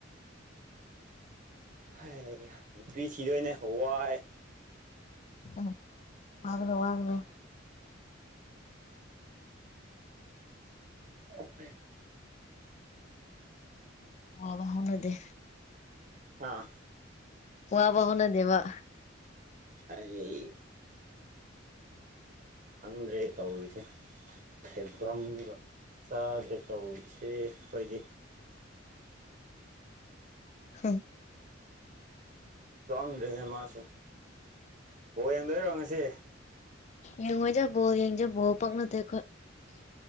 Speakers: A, on the right (about 40°); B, on the left (about 35°).
A: ꯍꯥꯏꯦ ꯅꯨꯄꯤ ꯊꯤꯗꯣꯏꯅꯦ ꯍꯋꯥꯏ
B: ꯎꯝ ꯋꯥꯅ ꯋꯥꯅꯦ
A: ꯑꯁꯦ
B: ꯋꯥ ꯋꯥꯅꯗ
A: ꯑꯥ
B: ꯋꯥꯕ ꯍꯅꯗꯦ ꯋꯥ
A: ꯑꯩ ꯈꯪꯗ꯭ꯔꯦ ꯇꯧꯔꯤꯁꯦ ꯐꯩꯐꯝ ꯆꯥꯗ꯭ꯔꯦ ꯇꯧꯔꯤꯁꯦ ꯑꯩꯈꯣꯏꯗꯤ
B: ꯍ
A: ꯆꯗ꯭ꯔꯤꯅꯦ ꯃꯥꯁꯨ ꯍ ꯌꯦꯡꯗꯣꯏꯔꯣ ꯉꯁꯤ
B: ꯌꯦꯡꯉꯣꯏꯖꯕꯣ ꯌꯦꯡꯖꯕꯣ ꯄꯛꯅꯗꯦ ꯑꯩꯈꯣꯏ